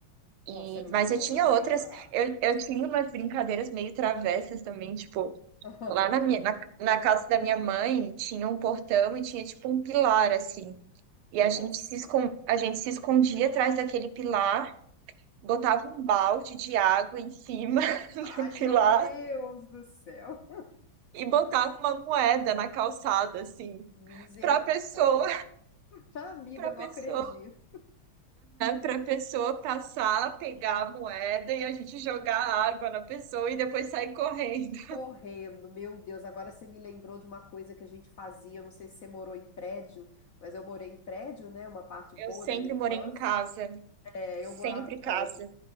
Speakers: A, on the right; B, on the left.
A: E,
B: Nossa, é muito
A: mas
B: bom.
A: eu tinha
B: Eu também
A: outras,
B: adorava.
A: eu, eu tinha umas brincadeiras meio travessas também, tipo
B: <laughs>
A: Lá na minha, na, na casa da minha mãe tinha um portão e tinha tipo um pilar assim. E
B: Nossa.
A: a gente se escon... a gente se escondia atrás daquele pilar, botava um balde de água em cima <laughs>
B: Ai,
A: do
B: meu
A: pilar
B: Deus do céu.
A: e botava uma moeda na calçada assim,
B: Misericórdia.
A: para pessoa,
B: Amiga,
A: <laughs> para
B: eu
A: pessoa,
B: não acredito.
A: para pessoa passar, pegar a moeda e a gente jogar água na pessoa e depois sair correndo.
B: Correndo, meu Deus, agora você me lembrou de uma coisa que a gente fazia, eu não sei se você morou em prédio, mas eu morei em prédio, né, uma parte boa
A: Eu sempre
B: da minha infância,
A: morei em casa,
B: é,
A: sempre
B: eu morava em prédio,
A: casa.